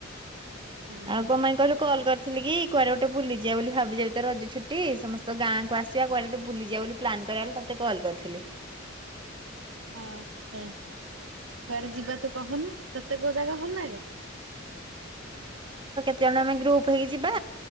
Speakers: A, on the right (about 80°); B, on the right (about 25°).
A: ହୁଁ
B: ଆଉ କପାଇଁ କହିଲୁ କଲ କରିଥି ଥିଲି କି କୁଆଡେ ଗୋଟେ ବୁଲିଯିବା ବୋଲି ଭାବିଯିବ ତୋ ରଜ ଛୁଟି ସମସ୍ତ ଗାଁ କୁ ଆସିବା କୁଆଡେ ଗୋଟେ ବୁଲିଯିବା ବୋଲି ପ୍ଳାନ୍ କରବାକୁ ତୋତେ କଲ୍ କରିଥିଲି।
A: ଆ ଚ୍ଛା କୁଆଡେ ଯିବା ତୁ କହନୁ। ତତେ କଉ ଜାଗା ଭଲ ଲାଗେ?
B: ତେଣୁ ଆମେ ଗ୍ରୁପ ହେଇକି ଯିବା।